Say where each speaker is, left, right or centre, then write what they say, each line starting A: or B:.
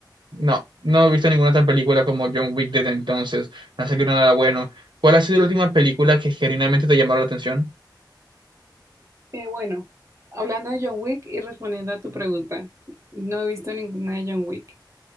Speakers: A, on the right (about 75°); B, on the right (about 35°).
A: no, no he visto ninguna otra película como John Wick desde entonces. No ha salido nada bueno. ¿Cuál ha sido la última película que genuinamente te llamó la atención?
B: Eh, bueno, hablando de John Wick y respondiendo a tu pregunta, no he visto ninguna de John Wick.